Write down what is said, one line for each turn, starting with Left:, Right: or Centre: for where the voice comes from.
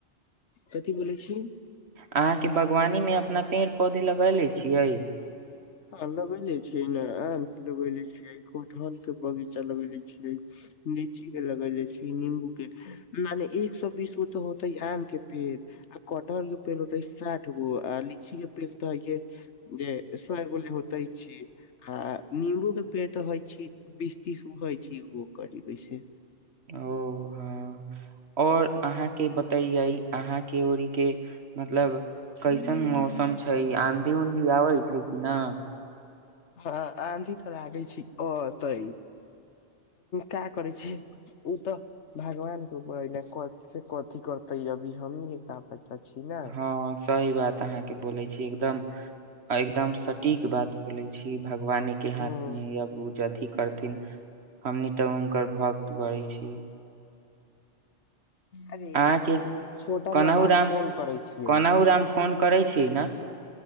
Left: कथी बोलै छीयै
Right: अहाँ के बागवानी में अपना पेड़ पौधे लगै ले छियैय
Left: हँ लबै ले छिय ना आम के लबै ले छियै एक कठहल के बगीचा लगैले छीयै लीची के लगैले छी नंबू के मने एक सौ बीस गो तऽ होते आम के पेड़ आ कटहल के पेल होतै साठ गो आ लिची के पेल तऽ हइ जे ग एगो लेगो होतै छीयै आ नम्बू के पेड़ तऽ होइ छी बीस तीस होइ छी ओ करीब से
Right: ओ हँ और अहाँके बतिया इ अहाँके उड़ी के मतलब कैसन मौसम छै आँधी उधी आबै छै कि न
Left: हँ आधी तऽ लागै छै ओते का करै छी ओ तऽ भगवान के ऊपर ने कथी करतेै अभी हमही के क अता छी ना
Right: हँ सही बात त अहाँ के बोले छी एकदम एकदम सटीक बात बोलै छी भगवाने के हाथ
Left: हूँ
Right: मे या बूज अथी करथिन हमनी तऽ हुनकर भक्त बढ़ै छी
Left: अरे
Right: अहाँके
Left: छोटा
Right: कोनाहु
Left: नबाब
Right: राम
Left: फोन करै छियै
Right: कोनाहु राम फोन करै छी ने